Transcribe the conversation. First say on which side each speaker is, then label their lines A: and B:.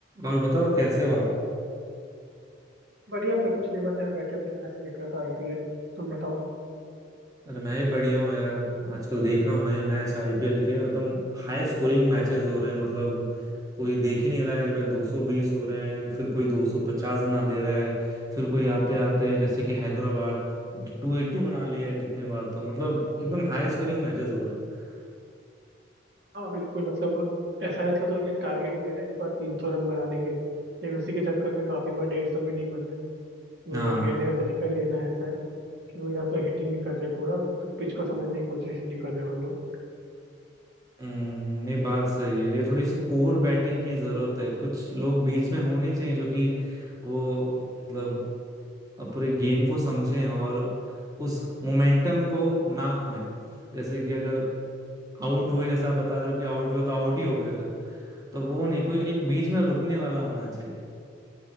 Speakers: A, on the right; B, on the right.
A: और बताओ कैसे हो आप
B: बढ़िया मैं कुछ नहीं बस मैं बैठे बैठे मैच देख रहा था आईपीएल तुम बताओ
A: अरे मैं ही बढ़िया हूँ यार आजकल देख रहा हूँ मैं ये मैच आईपीएल के एकदम हाई स्कोरिंग मैचेस हो रहे हैं मतलब कोई देख ही नहीं रहा है कि भाई 220 हो रहे हैं फिर कोई 250 बना दे रहा है फिर कोई आते आते जैसे कि हैदराबाद 280 बना लिया है कितने बार तो मतलब एकदम हाई स्कोरिंग मैचेस हो रहे हैं
B: हाँ बिल्कुल मतलब एसआरएच का तो ये टारगेट भी है ना इस बार तीन सौ रन बनाने के लेकिन उसी के चक्कर में काफी बार डेढ़ सौ भी नहीं बन रहे तो
A: हाँ
B: उनका खेलने का तरीका ही है ना ऐसा है कि वो या तो हिटिंग नहीं कर रहे पूरा पिच को समझने की कोशिश नहीं कर रहे वो लोग
A: हम्म, नहीं बात सही है ये थोड़ी सी कोर बैटिंग की जरूरत है कुछ लोग बीच में होने चाहिए जो कि वो मतलब और पूरे गेम को समझें और उस मोमेंटम को ना खोएं जैसे कि अगर आउट हुए जैसा आप बता रहे हो कि आउट हुए तो आउट ही हो गए फिर तो वो नहीं कोई एक बीच में रुकने वाला होना चाहिए